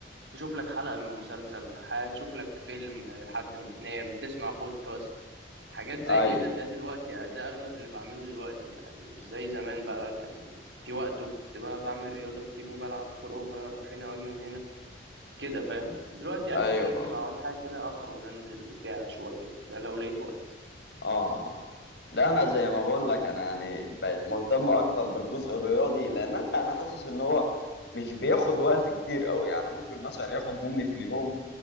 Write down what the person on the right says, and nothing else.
تشوف لك حلقة من مسلسل ح- تشوف لك فيلم لحد ما تنام تسمع بودكاست حاجات زي
كده ده دلوقتي ده أغلب اللي بعمله دلوقتي يعني مش زي زمان بقى كان في وقت وكنت بقى بعمل رياضة كتير وبلعب كورة وبروح هنا واجي من هنا كده فاهم دلوقتي
اخري ممكن
لو عملت حاجه كده اخرج انزل بتاع شويه ده لو لقيت وقت